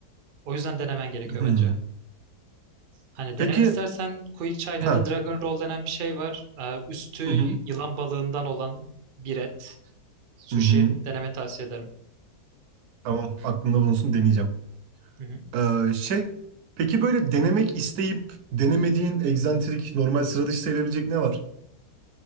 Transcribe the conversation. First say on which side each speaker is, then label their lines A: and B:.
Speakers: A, on the right (about 60°); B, on the right (about 75°).
A: O yüzden denemen gerekiyor
B: Hı.
A: bence. Hani
B: Peki.
A: denemek istersen Quick China'da
B: Ha.
A: Dragon Roll denen bir şey var. Ee, üstü
B: Hı hı.
A: yılan balığından olan bir et. Sushi
B: Hı hı.
A: denemeni tavsiye ederim.
B: Tamam aklımda bulunsun deneyeceğim.
A: Hı hı.
B: Ee, şey peki böyle denemek isteyip denemediğin egzantrik normal sıra dışı sayılabilecek ne var?